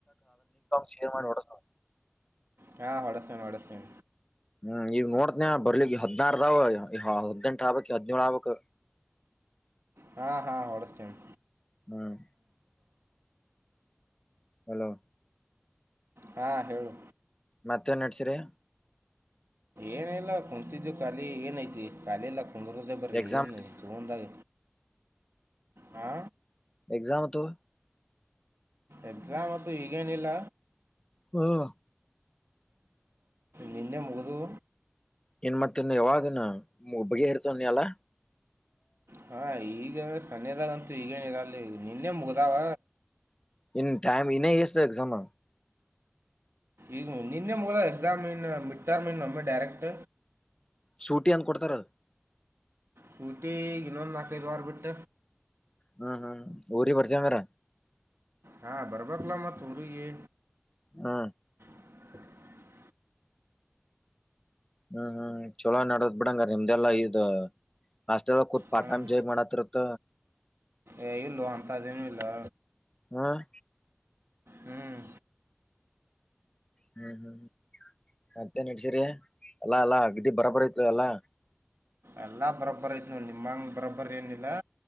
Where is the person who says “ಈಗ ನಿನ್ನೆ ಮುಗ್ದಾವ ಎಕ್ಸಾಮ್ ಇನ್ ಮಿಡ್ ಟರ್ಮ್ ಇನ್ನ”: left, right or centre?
Right